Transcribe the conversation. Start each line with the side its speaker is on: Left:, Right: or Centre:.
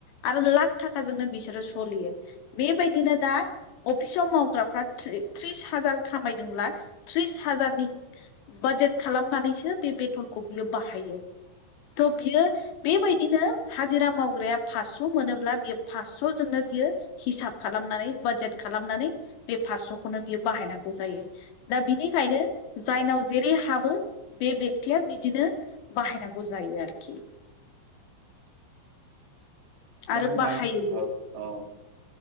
Left: आरो लाख था खाजोंनो बिसोरो सलियो बेबायदिनो दा। अफिसाव मावग्राफ्रा थ्रि-थ्रिस हाजार खामायदोंब्ला त्रिस हाजारनि बा जेट खालामनानैसो बे बेथनखौ बियो बाहायो थ' बियो बेबायदिनो हाजिरा मावग्राया फास स' मोनोब्ला बियो फास्स' जोंनो बियो हिसाब खालामनानै बाजेट खालामनानै बे फासस' खौनो बियो बाहायनांगौ जायो दा बिनिखायनो जायनाव जेरै हाबो बे बेक्तिया बिदिनो बाहायनांगौ जायो आरोखि
Right: दा
Left: आरो
Right: होमबा
Left: बाहायोबो
Right: औ औ।